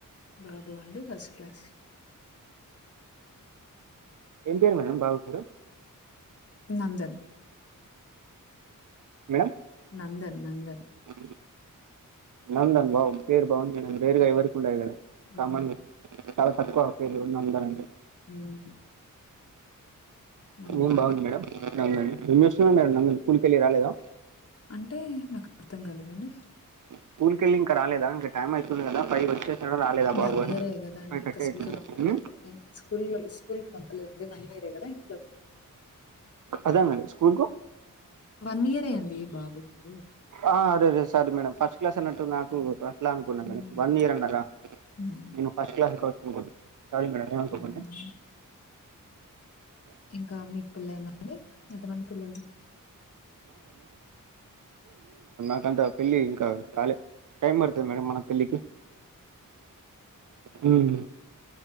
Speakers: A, on the left; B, on the right.
A: బాబు అండి ఫస్ట్ క్లాస్
B: ఏం పేరు మేడం బాబు పేరు
A: నందన్
B: మేడం
A: నందన్ నందన్
B: అ నందన్ వావ్ పేరు బాగుంది మేడం రేర్గా ఎవరికు ఉండదు కదా కామన్గా
A: మ్మ్
B: చాలా తక్కువ పేలు ఉ అందారంండి
A: మ్మ్ నందన
B: ఏం బాగుంది మేడం ఎస్ అవును నందన్ స్కూల్ కి వెళ్ళి రాలేదా
A: అంటే నాకు అర్థం కాలేదండి
B: స్కూల్ కి వెళ్ళి ఇంక రాలేదా ఇంక టైమ్ అయితుంది కదా పై వచ్చేశాడ రాలేదా బాబు
A: వన్
B: అని
A: ఇయరే కదండి
B: ఫైవ్ థర్టీ
A: ఇంకా స్కూల్
B: అయితుంది
A: కి పంపలేదు స్కూల్ స్కూల్ కి పంపలేదండి వన్ ఇయరే కదా ఇంట్లో
B: అద మ స్కూల్ కు
A: వన్ ఇయరే అండి బాబుకి
B: ఆరే రే సారీ మేడం ఫస్ట్ క్లాస్ అన్నట్టు నాకు ఇలా అనుకున్నా
A: హ్మ్.
B: మేడం వన్ ఇయర్ అన్నారా
A: హ్మ్.
B: నేను ఫస్ట్ క్లాస్కి వచ్చ అనుకోను సారీ మేడమ్ ఏమ్ అనుకోకండి
A: హ్మ్. ఇంకా మీకు పెల్లయిందా అండి ఎంతమంది పిల్లలు
B: నాకా పెళ్లి ఇంకా కాలే టైమ్ పడతది మేడం మన పెళ్లికి హ్మ్